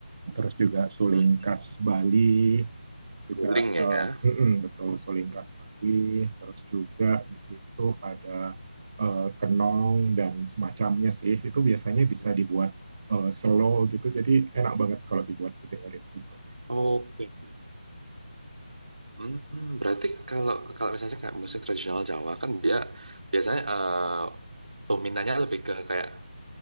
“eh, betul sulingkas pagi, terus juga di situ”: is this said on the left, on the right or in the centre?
Right